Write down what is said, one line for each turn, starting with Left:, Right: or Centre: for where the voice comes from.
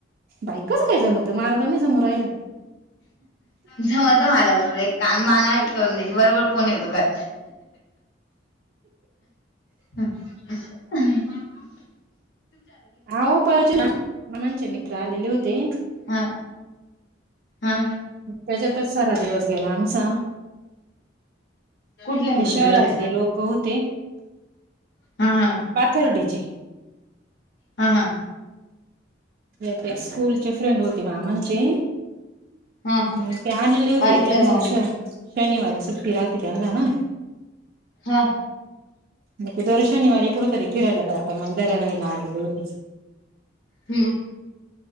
Right: बाईकच काय जमत मारा जांनी जमो राहिलं
Left: जमत मला बरोबर एक कान माना करून द्यायची बरोबर फोन येतो काय ह <unintelligible>
Right: हा पा <unintelligible> नमांचे मित्र आलेले होते
Left: हा हा
Right: त्याच्यातच सारा दिवस गेला आमचा
Left: कुठले मित्र
Right: ते शहरातले
Left: होते
Right: लोक होते
Left: हा हा
Right: पाथरडीची
Left: हा हां
Right: ते स्कूलचे फ्रेंड होते मामांचे
Left: हा
Right: हम् ते आलेले होते
Left: बारीक
Right: त्यांचा
Left: कर मम्मी
Right: श शनिवारी सुट्टी राहती त्यांनला ना
Left: हां
Right: मग ते दर शनिवारी कुठतरी फिरायला जाता मग दर्यारयला आलेली होती
Left: हम्